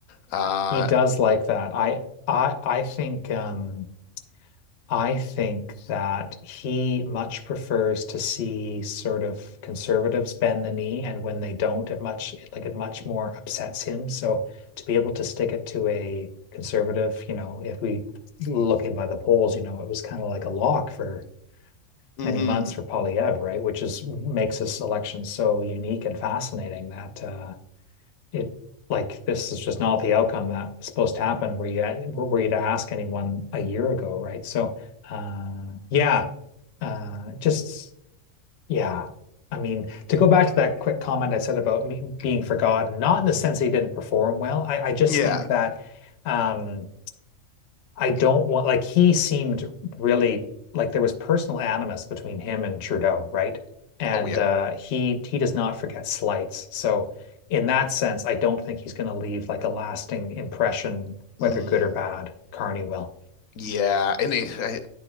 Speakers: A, on the left (about 85°); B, on the left (about 60°).
A: Uh,
B: he does like that. I I I think um I think that he much prefers to see sort of conservatives bend the knee, and when they don't, it much like it much more upsets him. So to be able to stick it to a conservative, you know, if we looking by the polls, you know, it was kind of like a lock for
A: hmm
B: many months for Polyev, right? Which is makes this election so unique and fascinating that uh, it like this is just not the outcome that was supposed to happen. Were you were you to ask anyone a year ago, right? So uh, yeah, uh, just yeah. I mean, to go back to that quick comment I said about me being forgotten, not in the sense that he didn't perform well. I, I just
A: Yeah.
B: think that um, I don't want like he seemed really like there was personal animus between him and Trudeau, right? And
A: Oh yeah.
B: uh, he he does not forget slights. So in that sense, I don't think he's going to leave like a lasting impression, whether
A: Mm.
B: good or bad. Carney will.
A: Yeah. And it, I,